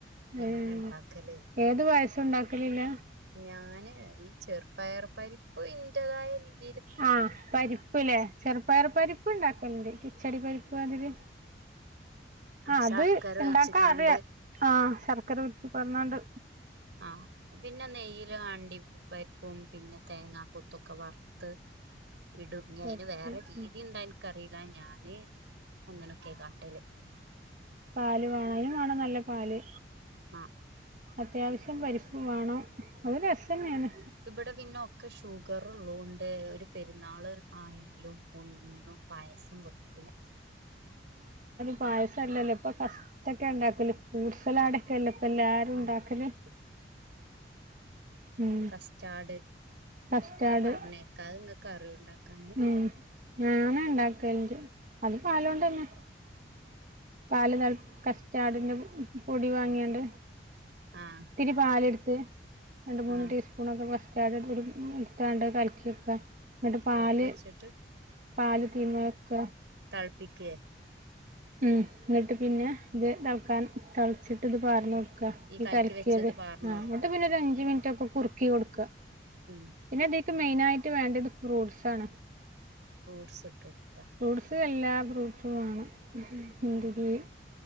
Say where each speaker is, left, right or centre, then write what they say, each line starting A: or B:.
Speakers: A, on the right; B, on the right.
A: എങ്ങനെ
B: ഏഹ്
A: ഇണ്ടാക്കല്ന്ന്
B: ഏത് പായസവും ഉണ്ടാക്കലില്ല
A: ഞാന് ഈ ചെറുപ്പയർപ്പരിപ്പ് ഇന്റതായ രീതി
B: ആഹ് പരിപ്പല്ലേ ചെറു പയർപ്പരിപ്പ് ഉണ്ടാക്കലണ്ട് കിച്ചടി പരിപ്പ് അതില് ആഹ്
A: ശർക്കര
B: അത്
A: ഒഴിച്ച്ക്കാണ്ട്
B: ഇണ്ടാക്കാൻ അറിയാം ആഹ് ശർക്കര ഉരുക്കി പാർന്നാണ്ട്
A: ആഹ് പിന്നെ നെയ്യില് അണ്ടിപ്പരിപ്പും പിന്നെ തേങ്ങാ കുത്തൊക്കെ വർ ത്ത് ഇടും ഇനി
B: പൊരിച്ച്
A: അതിന് വേറെ രീതി
B: ഉം
A: ഉണ്ടാ ഇൻകറിയില്ല ഞാന് അങ്ങനൊക്കെ കാട്ടല്
B: പാല് വേണം അതിനും വേണം നല്ല പാല്
A: ആഹ്
B: അത്യാവശ്യം പരിപ്പും വേണം അത് രസം തന്നെയാണ്
A: ഇവിടെ പിന്നെ ഒക്കെ ഷുഗർ ഉള്ളതൊണ്ട് ഒരു പെരുന്നാള് ആയാലും ഒന്നും പായസം വെക്കൂല്ല
B: പായസം അല്ലല്ലോ ഇപ്പൊ ഫസ്റ്റൊക്കെ ഉണ്ടാക്കല് ഫ്രൂട്ട്സ്സലാഡ് ക്കല്ലേ ഇപ്പോ എല്ലാരും ഉണ്ടാക്കല്
A: ആഹ്
B: ഉം
A: കസ്റ്റാഡ്
B: കസ്റ്റാർഡ്
A: അത് പറഞ്ഞേക്കാ അത് നിങ്ങക്ക് അറിയോ ഉണ്ടാക്കാന്
B: ഉം ഞാന് ഇണ്ടാക്കലുണ്ട് അത് പാല് കൊണ്ട് തന്നെ പാല് തള കസ്റ്റാഡിന്റെ
A: അത്
B: പൊടി വാങ്ങിയാണ്ട്
A: ആഹ്
B: ഇത്തിരി പാലെടുത്ത് രണ്ട് മൂന്ന്
A: ആഹ്
B: ടീസ്പൂൺ ഒക്കെ കസ്റ്റാഡ് എടത്ത് എടുത്താണ്ട് കൽക്കിവെക്കാ എന്നിട്ട്
A: കലക്കി
B: പാല്
A: വെച്ചിട്ട്
B: പാല് തീയ്മെ വെക്ക
A: തളപ്പിക്കേ
B: ഉം എന്നിട്ട് പിന്നെ ഇത് തിളക്കാൻ തിളച്ചിട്ട് ഇത് പാലിനോ ഈ
A: കലക്കി
B: കലക്കിയത്
A: വെച്ചത് പാർന്നൊടുക്ക
B: ആഹ് അങ്ങോട്ട് പിന്നെ ഒരു അഞ്ച മിനിറ്റൊക്കെ കുറുക്കി കൊടുക്ക
A: ഉം
B: പിന്നെ ഇതിക്ക് മെയിനായിട്ട് വേണ്ടത് ഫ്രൂട്ട്സ് ആണ്
A: ഫ്രൂട്ട്സ് ഇട്ട് കൊടുക്കുക
B: ഫ്രൂട്ട്സും എല്ലാ ഫ്രൂട്ട്സും വേണം മുന്തിരി
A: ആഹ്